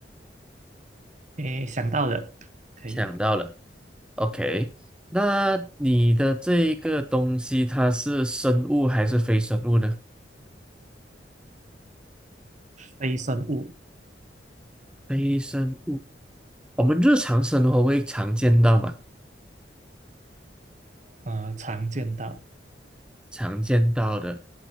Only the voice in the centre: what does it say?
想到了，OK。那你的这一个东西，它是生物还是非生物呢？
非生物，我们日常生活会常见到嘛？
常见到的